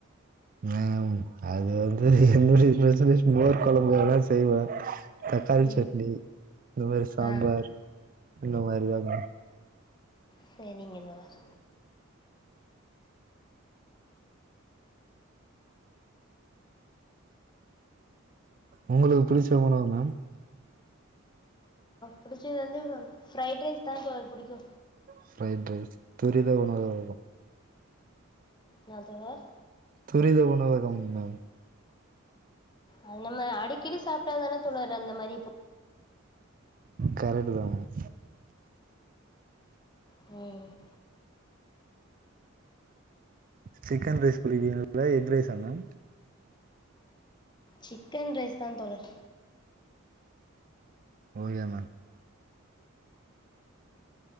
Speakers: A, on the right (about 40°); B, on the left (about 20°).
A: மேம் அது வந்து என்னுடைய ஸ்பெஷலே மோர் கொழம்பு வேணா செய்வே தக்காளி
B: ம்
A: சட்னி இந்த மாரி சாம்பார்
B: ஆ
A: இந்த மாரிதா மேம்
B: செரிங்க தோழர்
A: உங்களுக்கு புடிச்ச உணவு மேம்
B: புடிச்சது வந்து ஃப்ரைட் ரைஸ்தா தோழர் புடிக்கு
A: ஃப்ரைட் ரைஸ் துரித உணவு அதுலா
B: என்ன தோழர்
A: துரித உணவகம் மேம்
B: அது நம்ம அடிக்கடி சாப்டாதான தோழர் அந்த மாரி
A: கரெட்டுதா மேம்
B: ம்
A: சிக்கன் ரைஸ் புடிக்குங்ல்லா எக் ரைஸா மேம்
B: சிக்கன் ரைஸ்தா தோழர்
A: ஓகே மேம்